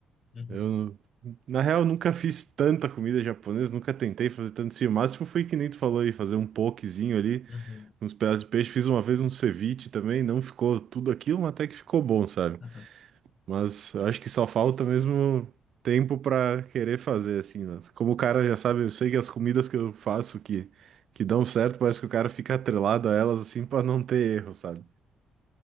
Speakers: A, on the left; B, on the right.
A: Uhum,
B: eu na real nunca fiz tanta comida japonesa, nunca tentei fazer tanto assim. O máximo foi que nem tu falou aí, fazer um pokezinho ali,
A: uhum.
B: uns pedaços de peixe. Fiz uma vez um ceviche também, não ficou tudo aquilo, mas até que ficou bom, sabe?
A: Aham.
B: Mas eu acho que só falta mesmo tempo pra querer fazer, assim, né? Como o cara já sabe, eu sei que as comidas que eu faço que, que dão certo, parece que o cara fica atrelado a elas, assim, pra não ter erro, sabe?